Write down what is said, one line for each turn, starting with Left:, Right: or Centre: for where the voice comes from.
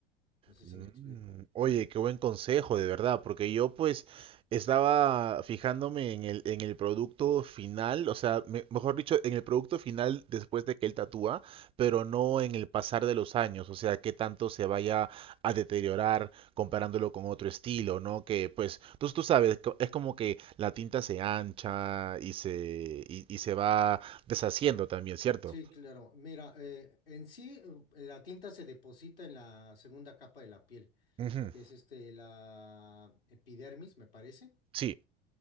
Left: No sé
Right: Mm,
Left: si me explico.
Right: Oye, qué buen consejo, de verdad, porque yo pues estaba fijándome en el, en el producto final, o sea, me- mejor dicho, en el producto final después de que él tatúa, pero no en el pasar de los años, o sea, qué tanto se vaya a deteriorar comparándolo con otro estilo, ¿no? Que pues tú, tú sabes, co- es como que la tinta se ancha y se, y, y se va deshaciendo también, ¿cierto?
Left: Sí, claro. Mira, eh, en sí eh, la tinta se deposita en la segunda capa de la piel,
Right: Ujú,
Left: que es este, la epidermis, me parece,
Right: Sí,